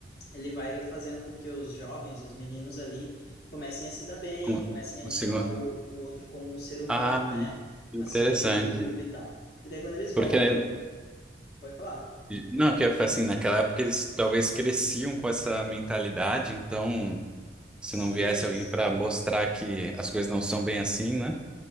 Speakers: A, on the left (about 55°); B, in the centre.
A: ele vai fazendo com que os jovens, os meninos ali, comecem a se dar bem,
B: Com-
A: comecem
B: Consigo.
A: a enxergar o, o outro como ser humano,
B: Ah,
A: né?
B: interessante.
A: Acima de tudo e tal. E daí quando eles voltam,
B: Porque, né,
A: pode falar.
B: não, que assim, naquela época eles talvez cresciam com essa mentalidade, então se
A: Sim,
B: não viesse alguém
A: sim.
B: para mostrar que as coisas não são bem assim, né?